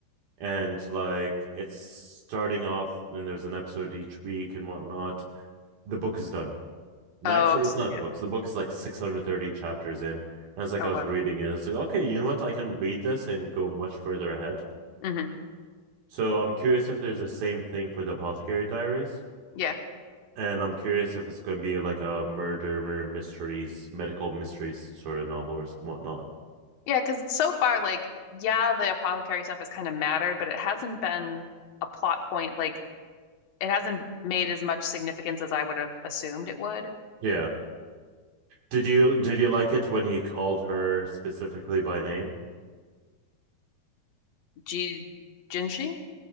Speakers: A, on the right; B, on the left.
A: and like it's starting off and there's an episode each week and whatnot. The book is done. And
B: Oh,
A: actually, it's
B: so
A: not
B: yeah.
A: the book The book is like 630 chapters in. And it's like
B: Oh,
A: I was
B: wow.
A: reading it. It's like okay, you know what? I can read this and go much further ahead.
B: hmm
A: So I'm curious if there's the same thing for the Apothecary Diaries.
B: Yeah.
A: and I'm curious if it's going to be like a murder mysteries, medical mysteries sort of novel or whatnot.
B: Yeah, because so far, like, yeah, the apothecary stuff has kind of mattered, but it hasn't been a plot point. Like, it hasn't made as much significance as I would have assumed it would.
A: Yeah. Did you did you like it when he called her specifically by name?
B: G Jinshi?